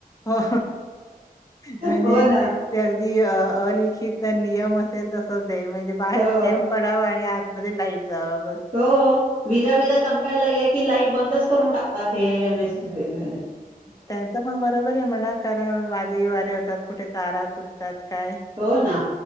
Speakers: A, on the left; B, on the right.
A: हो म्हजे
B: हो ना
A: ते. अलिखित नियम असेल तस म्हणजे बाहेर
B: हो
A: थेंब पडावं आणि मधे लाईट. जावा बस
B: हो विजा बीजा चमकायला लागल्या की लाईट बंदच करून टाकतात हे एम एस झा आहे <unintelligible>
A: त्यांच पण बरोबर आहे म्हणा कारण वादळी वारे होतात कुठे तारा तुटतात काय
B: हो ना